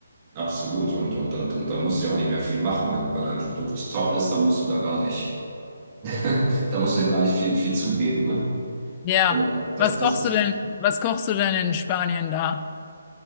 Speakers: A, on the right; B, on the left.
A: absolut. Und, und, und, und dann musst du ja auch nicht mehr viel machen. Wenn, wenn ein Produkt top ist, dann musst du da gar nicht, <laughs> da musst du ihm gar nicht viel, viel zugeben, ne?
B: Ja.
A: Genau, das,
B: Was
A: das
B: kochst
A: ist.
B: du denn, was kochst du denn in Spanien da?